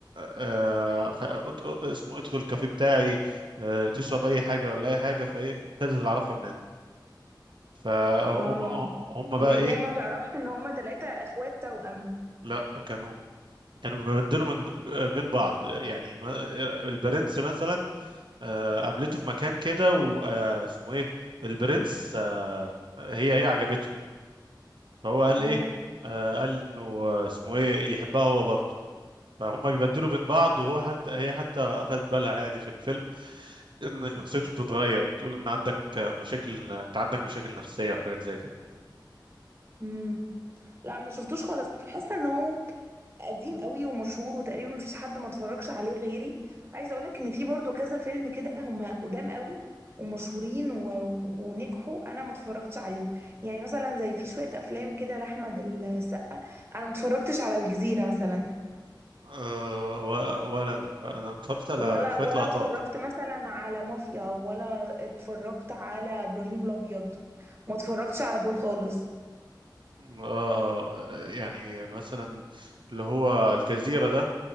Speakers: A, on the right (about 85°); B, on the right (about 30°).
A: آه، آه، أت- اسمه ادخل الكافيه بتاعي آه، تشرب اي حاجه ولا اي حاجه فايه ابتدت العلاقه من هنا فهم
B: اه
A: هم
B: يعني
A: بقى ايه
B: هي ما تعرفش ان هما تلاتة اخوات توأم
A: لا كانوا كانوا بيبدلوا من بين بعض يعني ما- البرنس مثلا آه، قابلته في مكان كده واسمه ايه البرنس آه، هي هي عجبته فهو قال
B: اه
A: ايه آه قال انه آه، اسمه ايه يحبها هو برضه فهم بيبدلوا بين بعض وهو حتى هي حتى اخذت بالها يعني في الفيلم ان شخصيته بتتغير بتقول ان عندك مشاكل انت عندك مشاكل نفسية وحاجات زي كده
B: امم لا ما شفتوش خالص حاسة ان هو قديم قوي ومشهور وتقريبا مفيش حد ما اتفرجش عليه غيري عايزه اقولك ان في برضو كذا فيلم كده هم قدام قوي ومشهورين و... ونجحوا انا ما اتفرجتش عليهم يعني مثلا زي في شويه افلام كده لاحمد السقا انا ما اتفرجتش على الجزيره مثلا
A: أه و- ولا انا انا اتفرجت على
B: ولا
A: شوية
B: ولا
A: لقطات
B: اتفرجت مثلا على مافيا ولا اتفرجت على ابراهيم الابيض ما اتفرجتش على دول خالص
A: أه آه، يعني مثلا اللي هو الجزيرة ده